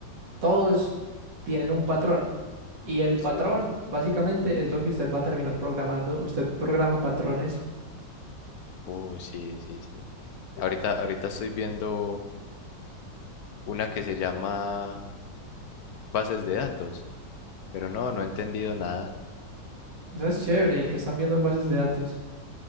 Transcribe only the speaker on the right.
todos tienen un patrón, y el
patrón básicamente es lo que usted va a terminar programando, usted programa patrones,
eso es chévere, y que están viendo en bases de datos.